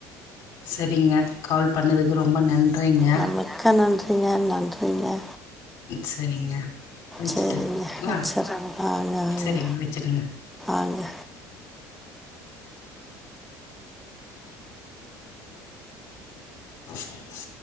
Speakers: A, on the left (about 65°); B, in the centre.
A: சரிங்க கால் பண்ணதுக்கு ரொம்ப நன்றிங்க
B: நமக்கா நன்றிங்க நன்றிங்க
A: சரிங்க வச்சுட்டுங்களா
B: சரிங்க வச்சிடுறேங்க ஆங்க ஆங்க
A: சரிங்க வச்சுடுங்க
B: ஆங்க
A: சரி